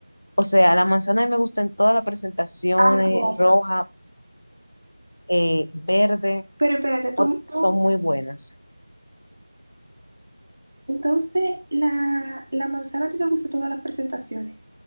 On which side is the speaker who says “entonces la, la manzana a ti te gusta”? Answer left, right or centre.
Right